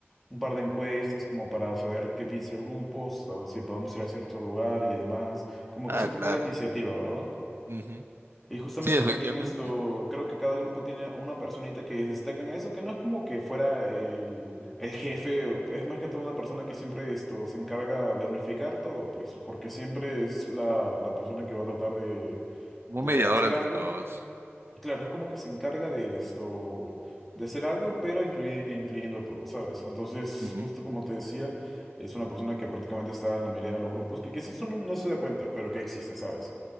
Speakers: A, in the centre; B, on the right.
A: Un par de encuestas como para saber qué piensa el grupo, o si podemos ir a cierto lugar y demás. Como
B: Ah,
A: que siempre
B: claro.
A: da la iniciativa, ¿verdad?
B: Ujú.
A: Y justamente
B: Sí, efectivamente.
A: también esto, creo que cada grupo tiene a una personita que destaca en eso, que no es como que fuera el, el jefe, o- es más que todo una persona que siempre esto se encarga de unificar todo, pues, porque siempre es la, la persona que va a tratar de,
B: Como
A: de
B: un mediador
A: hacer
B: entre
A: algo
B: todos.
A: Claro, es como que se encarga de esto, de hacer algo, pero incluye- incluyendo todo, ¿sabes? Entonces,
B: Ujú.
A: justo como te decía, es una persona que prácticamente está en la mayoría de los grupos, que quizás uno no se da cuenta, pero que existe, ¿sabes?